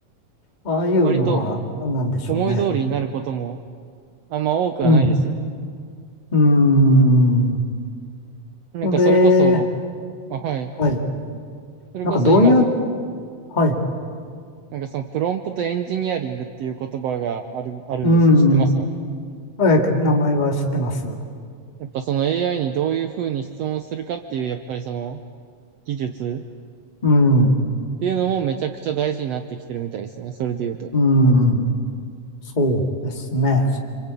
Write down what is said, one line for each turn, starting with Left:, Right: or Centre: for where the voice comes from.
Left: ああいうのは何なんでしょうね。
Right: 割と思い通りになることもあんま多くはないですよ。
Left: うん、うん、
Right: なんかそれこそ、
Left: それ、
Right: あ、はい。
Left: はい、
Right: それこそ今
Left: なんかどういう、はい、
Right: なんかそのプロンプトエンジニアリングっていう言葉がある、あるんですよ。
Left: うん、
Right: 知ってますか
Left: えー名前は知ってます。
Right: やっぱその AI にどういうふうに質問するかっていう、やっぱりその技術
Left: うん。
Right: っていうのもめちゃくちゃ大事になってきてるみたいですね。それで言うと。
Left: うん、そうですね。